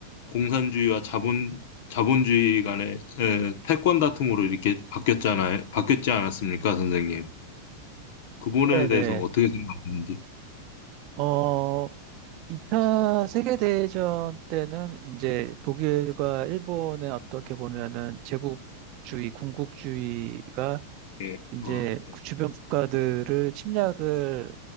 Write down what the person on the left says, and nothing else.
공산주의와 자본, 자본주의 간의 에, 패권 다툼으로 이렇게 바뀌었잖아요. 바뀌었지 않았습니까, 선생님? 그 부분에
대해서 어떻게 생각하는지.
예,
어, 예,